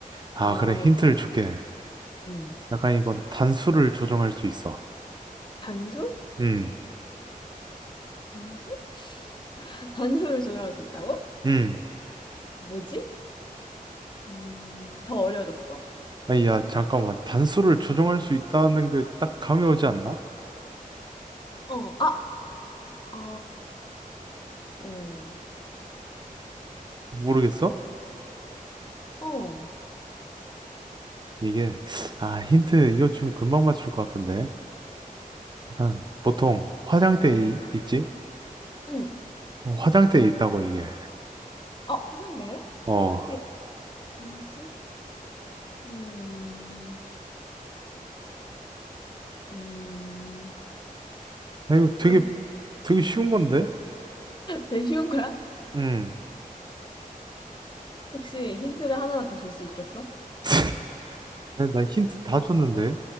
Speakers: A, on the right; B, on the left.
A: 아,
B: 어,
A: 그래, 힌트를 줄게.
B: 음,
A: 약간 이건 단수를 조정할 수 있어.
B: 단수?
A: 음,
B: 단수? <laughs> 단수를 조정할 수 있다고?
A: 음.
B: 뭐지? 음, 더 어려워졌어.
A: 아니, 야, 잠깐만. 단수를 조정할 수 있다는 게 딱 감이 오지 않나?
B: 어, 아, 어, 어,
A: 모르겠어?
B: 어,
A: 이게, 아, 힌트, 이거 좀 금방 맞출 것 같은데. 난 보통 화장대에 이- 있지?
B: 응.
A: 어, 화장대에 있다고 이게.
B: 어, 화장대?
A: 어,
B: 화장대 단수? 음, 음,
A: 나 이거 되게
B: 음,
A: 되게 쉬운 건데?
B: 일 쉬운 거야?
A: 음.
B: 혹시 힌트를 하나만 더 줄 수 있겠어?
A: <laughs> 나, 나 힌트 다 줬는데?